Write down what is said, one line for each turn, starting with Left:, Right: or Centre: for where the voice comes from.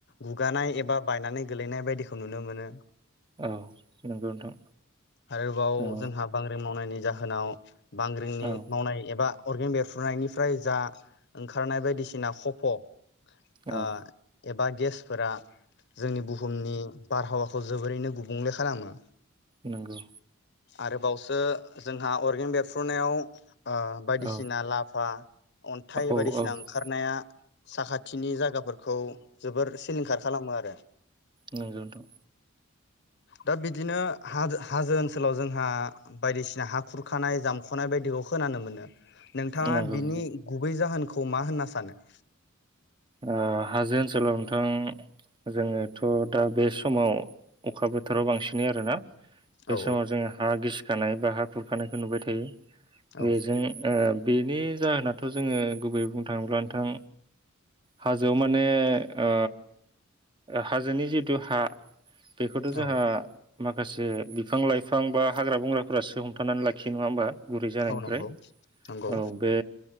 Left: गुगानाय एबा बायनानै गेलैनाय बायदिखौ नुनो मोनो।
Right: औ नंगौ नोंथां
Left: आरोबाव
Right: औ
Left: जोंहा बांग्रिं मावनायनि जाहोनाव बांग्रिंनि
Right: औ
Left: मावनाय एबा अरगें बेरफ्रुनायनिफ्राय जा ओंखारनाय बायदिसिना खफ'
Right: औ
Left: आ एबा गेस फोरा जोंनि बुहुमनि बारहावाखौ जोबोरैनो गुबुंले खालामो
Right: नोंगौ
Left: आरोबाव सो जोंहा अरगें बेरफ्रुनायाव ओ बायदिसिना
Right: औ
Left: लाभा अन्थाइ
Right: औ
Left: बायदिसिना
Right: औ
Left: ओंखारनाया साखाथिनि जागाफोर खौ जोबोर सिलिंखार खालामो आरो
Right: नंगौ नोंथां
Left: दा बिदिनो हा-हाजो ओनसोलाव जोंहा बायदिसिना हा खुरखानाय जाम ख'नाय बायदिखौ खोनानो मोनो। नोंथाङा
Right: नंगौ
Left: बिनि
Right: नंगौ
Left: गुबै जाहोन खौ मा होनना सानो
Right: ओ हाजो ओनसोलाव नोंथां जोङोथ' दा बे समाव अखा बोथोराव बांसिनै आरोना बे
Left: औ
Right: समाव जोंङो हा गिसि खानाय बा हा खुरखानायखौ नुबाय थायो
Left: औ
Right: बेजों ओ बेनि जाहोनाथ' जोंङो गुबैयै बुंनो थाङोब्ला नोंथां हाजोआव माने ओ हाजोनि जिथु हा बेखौथ' जोंहा
Left: औ
Right: माखासे बिफां लाइफां बा हाग्रा बंग्राफोरासो हमथानानै लाखियो नङा होमबा गुरै जानायनिफ्राय
Left: औ नंगौ नंगौ
Right: औ बे